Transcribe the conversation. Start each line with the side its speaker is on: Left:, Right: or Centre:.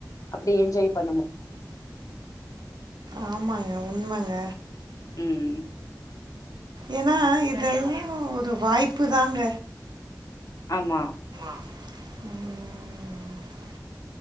Left: அப்டி என்ஜாய் பண்ண மு
Right: ஆமாங்க உண்மங்க
Left: ‌ம்ம்
Right: ஏன்னா இதெல்லா ஒரு வாய்ப்பு தாங்க
Left: ஆமா
Right: ம்